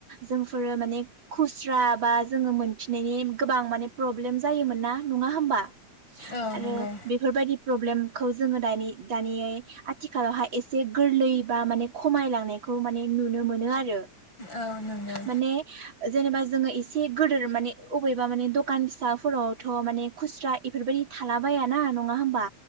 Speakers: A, on the right; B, on the left.
A: जोंफोरो माने खुस्रा बा जोङो मोनफिन नायनि गोबां माने प्रब्लेम जायोमोन ना नङा होमबा
B: औ
A: आरो
B: नंगौ
A: बेफोरबायदि प्रब्लेमखौ जोङो दानि दानि आथिखालावहाय एसे गोरलै बा माने खमायलांनायखौ माने नुनो मोनो आरो।
B: औ नंगौ
A: माने जेनेबा जोङो एसे गोदोर माने अबेबा माने दखान फिसाफोरावथ' माने खुस्रा इफोरबायदि थाला बायाना नङा होमबा?